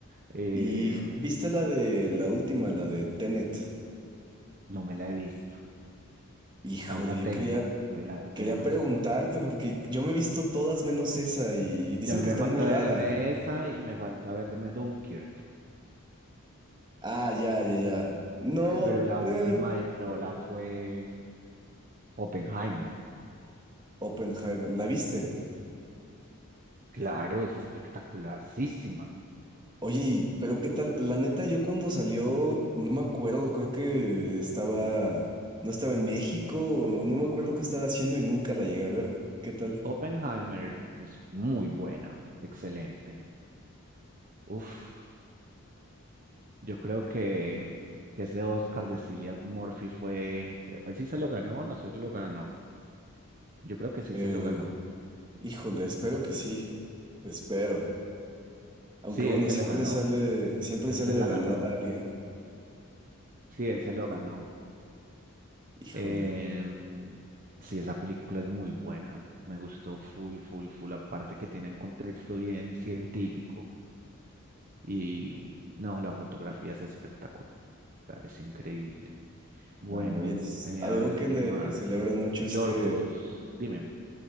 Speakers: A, on the right; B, on the right.
A: Eh,
B: Y viste la de la última, la de Tenet.
A: no me la he visto.
B: Híjole,
A: Ahí la tengo,
B: yo quería,
A: ahí la tengo.
B: quería preguntarte porque yo me he visto todas menos esa y dicen
A: Y a mí
B: que
A: me
B: está
A: falta
B: muy rara.
A: verme esa y me falta verme Dunkirk.
B: Ah, ya, ya, ya. No,
A: Pero la
B: eh,
A: última de Nolan fue Oppenheimer.
B: Oppenheimer, ¿la viste?
A: Claro, es espectacularísima.
B: Oye, y- pero qué tal, la neta, yo cuando salió, no me acuerdo, creo que estaba, no estaba en México, o no me acuerdo qué estaba haciendo y nunca la llegué a ver. ¿Qué tal?
A: Oppenheimer es muy buena, excelente. Uf, yo creo que, que ese Oscar de Cillian Murphy fue, él sí se lo ganó, o no se lo ganó. Yo creo que sí
B: Eh,
A: se lo ganó.
B: híjole, espero que sí, espero. Aunque
A: Sí,
B: bueno,
A: él se
B: siempre
A: lo ganó.
B: sale, siempre
A: Él
B: sale
A: se la
B: de la
A: ganó.
B: nada alguien.
A: Sí, él
B: Ok,
A: se lo ganó.
B: híjole,
A: Em, sí, esa película es muy buena. Me gustó full, full, full. Aparte que tiene un contexto bien científico. Y no, la fotografía es espectacular, es increíble. Bueno,
B: claro, y es
A: eh,
B: algo
A: a ver,
B: que
A: ¿qué
B: le
A: más?
B: celebran mucho
A: Yorgos,
B: este,
A: dime.